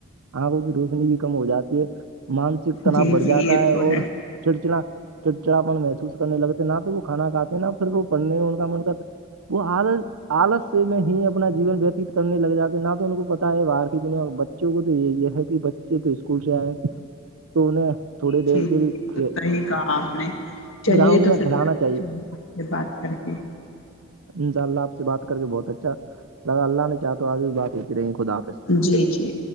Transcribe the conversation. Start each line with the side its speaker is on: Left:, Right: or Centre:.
Right: آنکھوں کی روشنی بھی کم ہو جاتی ہے مانسک تناؤ
Left: جی
Right: بڑھ
Left: جی
Right: جاتا
Left: یہ
Right: ہے
Left: تو
Right: اور چڑچڑا چڑچڑاپن محسوس کرنے لگتے نہ تو وہ کھانا کاتے ہیں نہ پھر وہ پڑنے ان کا من کرتا وہ آالس آالس سے میں ہی اب نا جیون وتیت کرنے لگ جاتے ہیں نہ تو ان کو پتا ہے باہر کی دنیا میں بچوں کو تو یہ ہے کہ بچے تو اسکول سے آئے تو تھوڑی دیر
Left: جٹی
Right: کے لیے
Left: تو صی کہا آپ نے چلیے
Right: گراؤنڈ
Left: تو
Right: میں
Left: پھر
Right: کھلانا
Left: سے
Right: چاہیے
Left: بات کر کے
Right: انشاء اللہ آپ سے بات کر کے بہت اچھا لگر اللہ نے چاہ تو آگے بھی بات ات رہی خدا پ سے
Left: جی جی